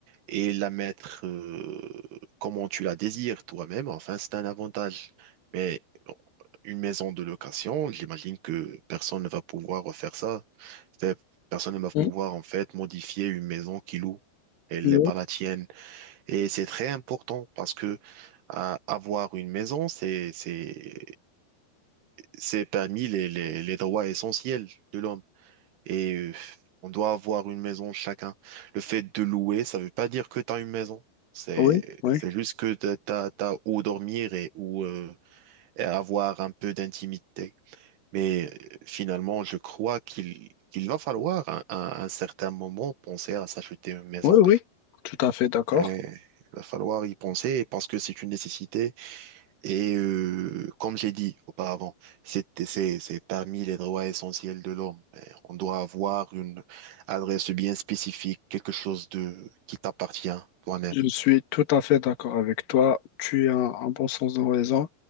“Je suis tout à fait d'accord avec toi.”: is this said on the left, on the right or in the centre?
Left